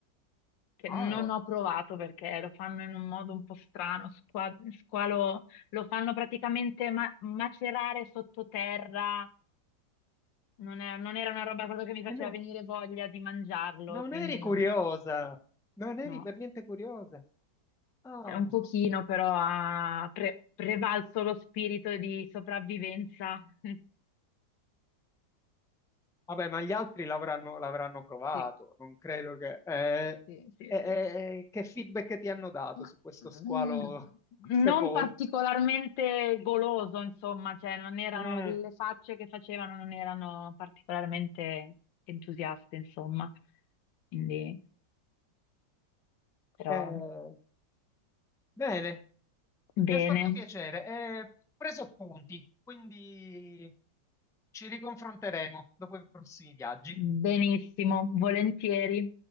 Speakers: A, on the left (about 85°); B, in the centre.
A: che
B: Ah,
A: non ho provato perché lo fanno in un modo un po' strano, squa- squalo, lo fanno praticamente ma- macerare sottoterra, non è- non era una roba proprio che mi
B: eh,
A: faceva
B: no,
A: venire voglia di mangiarlo,
B: non
A: quindi
B: eri curiosa,
A: non-
B: non eri
A: no,
B: per niente curiosa. Ah.
A: Cioè, un pochino però ha pre- prevalso lo spirito di sopravvivenza. <laughs>
B: Vabbè, ma gli altri l'avranno l'avranno provato,
A: Sì,
B: non credo che... eh,
A: sì. Sì,
B: eh, eh,
A: sì.
B: eh, che feedback ti hanno dato
A: Ma,
B: su questo
A: mm,
B: squalo
A: Non
B: sepolto?
A: particolarmente goloso, insomma, cioè non erano,
B: Mm.
A: le facce che facevano non erano particolarmente entusiaste, insomma. Quindi, però,
B: Eh, bene,
A: bene,
B: mi ha fatto piacere. Eh, Ho preso appunti, quindi ci riconfronteremo dopo i prossimi viaggi.
A: benissimo, volentieri.